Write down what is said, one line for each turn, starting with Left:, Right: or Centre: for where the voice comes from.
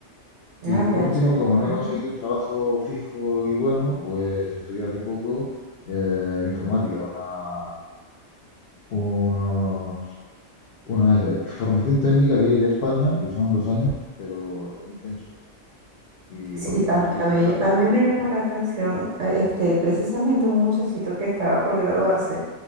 Left: Y
Right: Ah,
Left: por
Right: ya,
Left: último,
Right: chévere.
Left: como no he
Right: Ajá.
Left: conseguido un trabajo fijo y bueno, pues estudié hace poco eh, informática, una, unos- una formación técnica que hay de España, que son dos años, pero intensos. Y
Right: Sí,
Left: bueno,
Right: a,
Left: conseguí
Right: mí, a
Left: superarlo
Right: mí- a mí
Left: y...
Right: me llamó la atención a- este, precisamente un muchachito que estaba por graduarse,